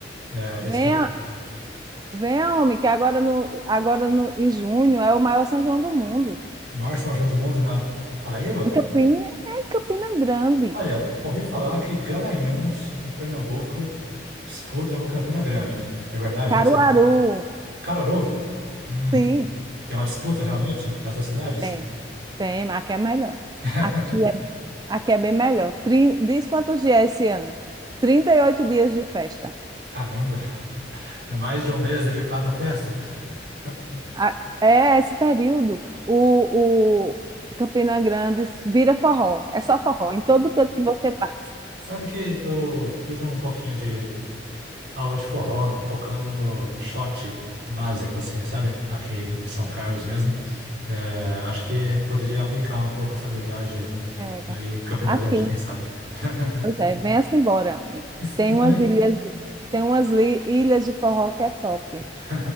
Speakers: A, on the right; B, on the right.
A: é, desse
B: Venha,
A: ter-
B: venha, homem, que agora no, agora no, em junho é o maior São João do mundo.
A: maior São João do mundo na Paraíba.
B: Em Campina, é em Campina Grande,
A: Olha, ouvi falar que Garanhuns, em Pernambuco, disputa com Campina Grande. É verdade
B: Caruaru.
A: isso? Caruaru? Hum,
B: Sim,
A: tem uma disputa realmente das duas cidades?
B: tem, tem, mas aqui é melhor.
A: <laughs>
B: Aqui é, aqui é bem melhor. Trin- diz quantos dias é esse ano? 38 dias de festa.
A: Caramba, é mais de um mês dedicado à festa. <laughs>
B: a- é esse período, o, o Campina Grande vira forró, é só forró, em todo canto que você passa.
A: Sabe que eu fiz um pouquinho de aula de forró, focando no shot básico, assim, sabe? Aqui em São Carlos mesmo. É, acho que poderia aplicar um pouco essa habilidade
B: Era.
A: aí em Campina
B: Aqui.
A: Grande, quem sabe? <laughs>
B: Pois é, venha-se embora, homem.
A: E,
B: Tem
A: e também,
B: umas ilhas, tem umas li- ilhas de forró que é top.
A: <laughs>